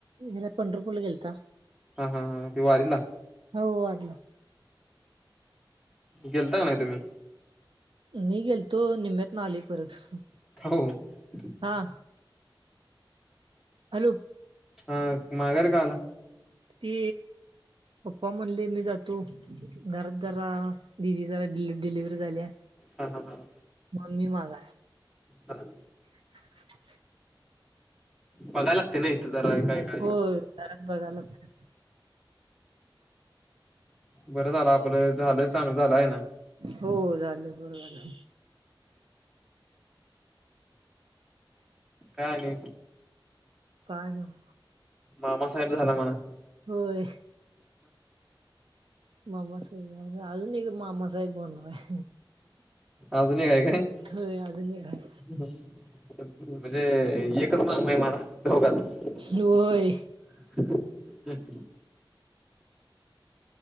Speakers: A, on the right (about 75°); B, in the centre.
A: हेला पंढरपूला गेलता.
B: हां हां हां ते वारीला?
A: हो वारीला.
B: गेलता का नाही तुम्ही?
A: मी गेलतो निम्म्यातन आलोय परत.
B: <inaudible>
A: हा. हॅलो.
B: हा माघारी का आला?
A: ते पप्पा म्हणले मी जातो. घरात जरा दिदी जरा डिलिव्हरी झाली आहे.
B: हा हा हां.
A: मग मी माग
B: हा.
A: <inaudible>
B: बघाय लागते ना इथं जरा काय का
A: होय घरात बघाय लागतं.
B: बरं झालं आपलं झालं चांगलं झालंय ना.
A: हो झालं बरोबर.
B: काय आणि.
A: काय नाही.
B: मामासाहेब झाला मना.
A: होय. मामासाहेब झालो आजुन एकदा मामासाहेब होणारय.
B: अजून एक हाय काय?
A: होय अजून एक हाय.
B: ह. म्हणजे एकच मामा आहे म्हणा दोघांत.
A: होय.
B: हम्.